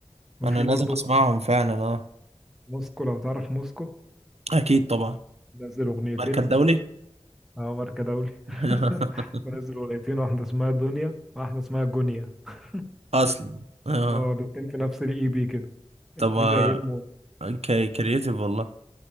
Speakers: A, in the centre; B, on the right.
A: وفي
B: انا لازم
A: برضه
B: اسمعهم فعلا اه
A: موسكو لو تعرف موسكو
B: اكيد طبعا
A: نزل أغنيتين
B: مركز دولي
A: اه ماركة دولي <laughs>
B: <laughs>
A: منزل أغنيتين واحدة اسمها دنيا واحدة اسمها جونيا <laughs>
B: اصلا اه
A: اه الاتنين في نفس الاي بي كده اتنين
B: طب آه،
A: رايقين موت
B: اوكي كرييتيف والله